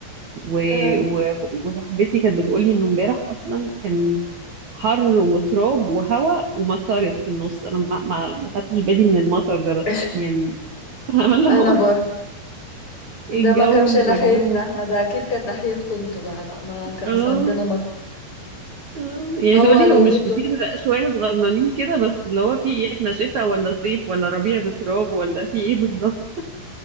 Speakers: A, on the right; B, on the left.
A: و...
B: آه.
A: و... وصاحبتي كانت بتقولي انه امبارح اصلا كان حر وتراب وهوا ومطرت في النص انا ما ما, ما خدتش بالي من المطر ده بس
B: <laughs>
A: يعني <laughs> فاهمه اللي
B: انا
A: هو
B: بر
A: <laughs>
B: ده
A: إيه الجو
B: ما كانش
A: المجنون
B: ناحيتنا احنا ده اكيد كان ناحيتكم انتوا بقى لا ما كانش
A: اه
B: عندنا مطر
A: آه. يعني
B: هو
A: تقولي
B: اليومين
A: هو مش كتير
B: دول
A: لأ، شويه صغننين كده بس اللي هو في ايه احنا شتاء ولا صيف ولا ربيع بتراب ولا في ايه بالظبط